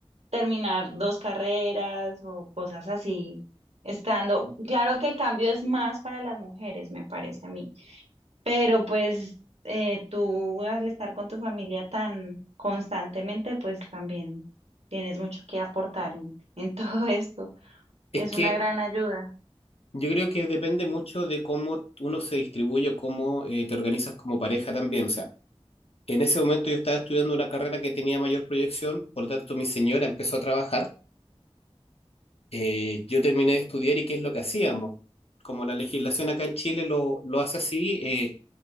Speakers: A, on the right; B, on the left.
A: terminar dos carreras o cosas así, estando, claro que el cambio es más para las mujeres, me parece a mí, pero pues eh, tú al estar con tu familia tan constantemente, pues también tienes mucho que aportar en, <laughs> en todo esto.
B: Es
A: Es
B: que
A: una gran ayuda.
B: Yo creo que depende mucho de cómo uno se distribuye o cómo eh, te organizas como pareja también. O sea, en ese momento yo estaba estudiando una carrera que tenía mayor proyección, por lo tanto mi señora empezó a trabajar. Eh, yo terminé de estudiar y ¿qué es lo que hacíamos? Como la legislación acá en Chile lo, lo hace así, eh,